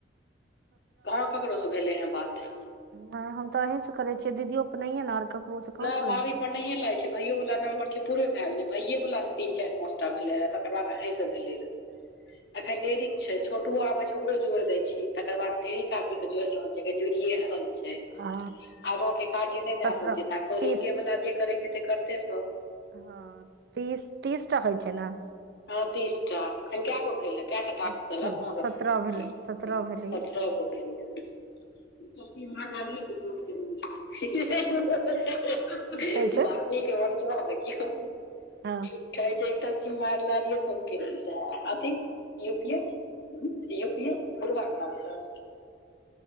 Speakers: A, on the left; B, on the right.
A: कहाँ ककरो से भेले हैं बात।
B: हा हम तऽ अहीं से करे छियै दीदियो के नहिय ने। ककरोसँ कहाँ
A: नई
B: करै
A: भावी
B: छी
A: पर। नहिए लायै छै भैयो वला नंम्बरके पूरे भए गेलै भैय वाला तीन चारि पाँचटा भेले रहे तकर बाद अहीं से भेले रे। अखेन देरी। छै छोटुो आबे छै ओकरो जोड़ देय छी तकर बाद ठीक आदमी के जोड़ रहल छैखन जुड़िये रहल। छै
B: आ
A: आबके कार्य नहि दए
B: सत्रह
A: रहल छै तऽ कॉलिंगे
B: तीस
A: वाल जे करे छैे ते करते सब।
B: हँ तीस तीसटा होइ छैय ने।
A: हां तीसटा। एखन कएगो भेल कएटा टाक्स
B: एखन
A: देलक अहाँके
B: सत्रह भेलै सत्रह भेलैए
A: सत्रह गो भेल यऽ। बीमार लागै छी दो तीन दिन से हेहेहेहेहेहे।
B: की कहै छै
A: भाभी के वंचबा देखियौ।
B: हँ।
A: कहे छै एकटा सिममार लालिये सॉसके नामसँ अथी। पीयु पीयु हम्म पीयु पीयु बूडभा ठाढ़ छैय।